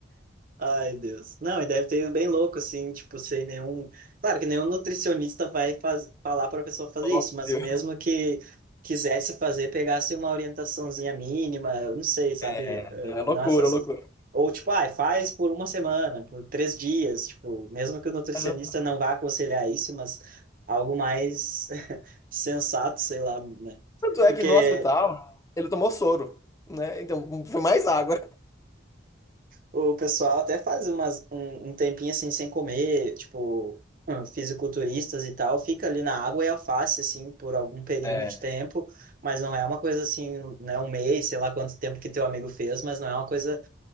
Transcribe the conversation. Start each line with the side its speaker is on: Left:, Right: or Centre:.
Right: Ai, Deus. Não, e deve ter ido bem louco, assim, tipo, sem nenhum. Claro que nenhum nutricionista vai faz... falar para a pessoa fazer
Left: Óbvio.
Right: isso, mas mesmo que quisesse fazer, pegasse uma orientaçãozinha mínima, eu não sei, sabe?
Left: É,
Right: Eh,
Left: é
Right: Não
Left: loucura,
Right: essas.
Left: loucura.
Right: Ou, tipo, ai faz por uma semana, por três dias, tipo, mesmo que o nutricionista
Left: Aham.
Right: não vá aconselhar isso, mas algo mais <laughs> sensato, sei lá, né?
Left: Tanto é
Right: Porque
Left: que no hospital ele tomou soro, né? Então foi mais água.
Right: O pessoal até faz umas, um, um tempinho assim sem comer, tipo, ah, fisiculturistas e tal, fica ali na água e alface, assim, por algum período
Left: É.
Right: de tempo, mas não é uma coisa assim, né, um mês, sei lá quanto tempo que teu amigo fez, mas não é uma coisa